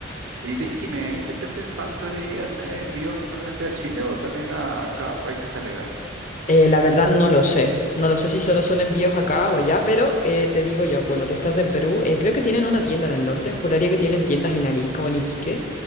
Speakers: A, on the right; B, on the left.
A: Y, di- y dime, ¿ahí C P C Factory hace envíos solamente a Chile o también a, a cada países aledaños?
B: Eh, la verdad no lo sé. No lo sé si solo son envíos acá o allá, pero eh, te digo yo, bueno, tú estás en Perú, eh, creo que tienen una tienda en el norte, juraría que tienen tiendas en Arica o en Iquique,